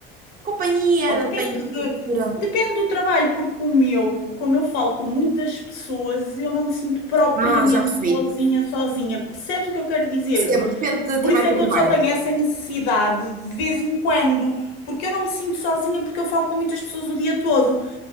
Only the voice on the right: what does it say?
companhia,
não tenha
cultura.
Ah, já percebi.
Percebo, depende de
trabalho
para
trabalho.